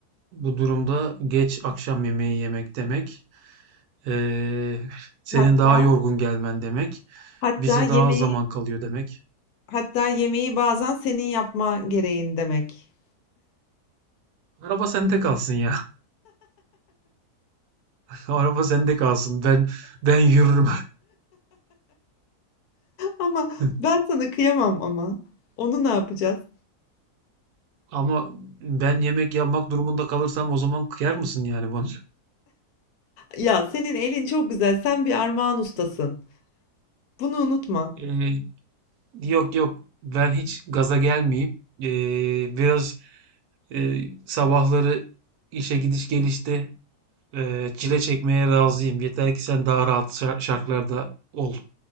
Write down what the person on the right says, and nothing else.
Bu durumda geç akşam yemeği yemek demek, eee, senin
daha yorgun gelmen demek,
bize
daha az zaman kalıyor demek.
Araba sende kalsın ya. <laughs> Araba sende kalsın. Ben ben yürürüm.
<laughs>
Ama ben yemek yapmak durumunda kalırsam o zaman kıyar mısın yani bana? <laughs>
Eee, yok yok. Ben hiç gaza gelmeyeyim. Eee, biraz eee, sabahları işe gidiş gelişte eee, çile çekmeye razıyım. Yeter ki sen daha rahat şar- şartlarda ol.